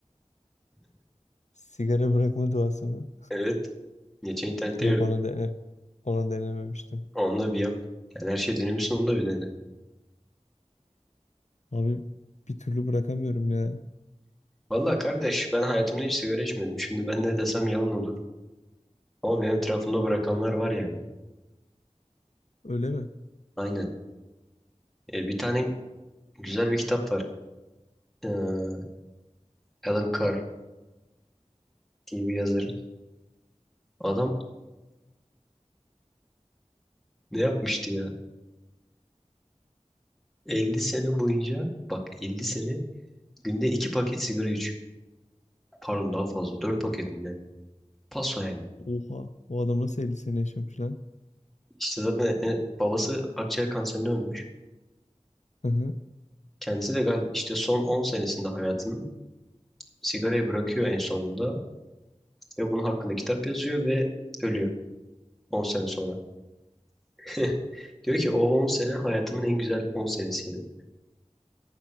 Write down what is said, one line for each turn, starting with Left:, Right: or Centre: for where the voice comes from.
Left: sigara bırakma duası mı?
Centre: Evet. Geçen internette
Left: Yok
Centre: gördüm.
Left: onu dene onu denememiştim.
Centre: Onunla bir yap. Yani her şey dönemi sonunda bir dene.
Left: Abi bir türlü bırakamıyorum ya.
Centre: Valla kardeş ben hayatımda hiç sigara içmedim. Şimdi ben ne desem yalan olur. Ama benim etrafımda bırakanlar var yani.
Left: Öyle mi?
Centre: Aynen. E, bir tane güzel bir kitap var. Ee, Alan Carr diye bir yazarın. Adam ne yapmıştı ya? 50 sene boyunca bak 50 sene günde 2 paket sigara içiyor. Pardon daha fazla 4 paket mi ne? Paso yani.
Left: Oha, o adam nasıl 50 sene yaşamış lan?
Centre: İşte zaten e, babası akciğer kanserinden ölmüş.
Left: Hı hı.
Centre: Kendisi de galiba işte son 10 senesinde hayatının sigarayı bırakıyor en sonunda ve bunun hakkında kitap yazıyor ve ölüyor 10 sene sonra. <laughs> Diyor ki o 10 sene hayatımın en güzel 10 senesiydi.